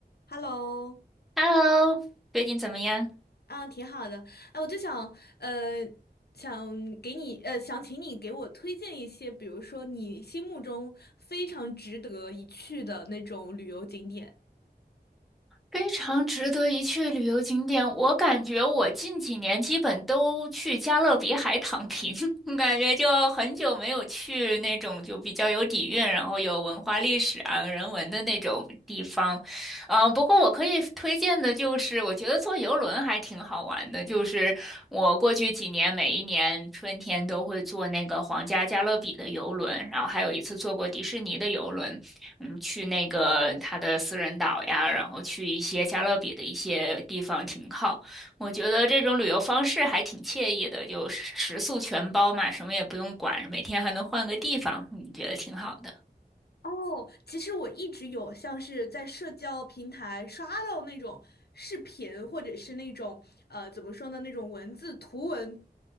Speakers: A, on the left; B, in the centre.
A: Hello，
B: Hello，最近怎么样？
A: 啊，挺好的。哎，我就想，呃，想给你，呃，想请你给我推荐一些，比如说你心目中非常值得一去的那种旅游景点。
B: 非常值得一去的旅游景点，我感觉我近几年基本都去加勒比海躺平，<laughs> 感觉就很久没有去那种就比较有底蕴，然后有文化历史啊、人文的那种地方。嗯，不过我可以推荐的就是，我觉得坐游轮还挺好玩的。就是我过去几年，每一年春天都会坐那个皇家加勒比的游轮，然后还有一次坐过迪士尼的游轮，嗯，去那个它的私人岛呀，然后去一些加勒比的一些地方停靠。我觉得这种旅游方式还挺惬意的，就食宿全包嘛，什么也不用管，每天还能换个地方，你觉得挺好的。
A: 哦，其实我一直有像是在社交平台刷到那种视频，或者是那种呃怎么说呢，那种文字图文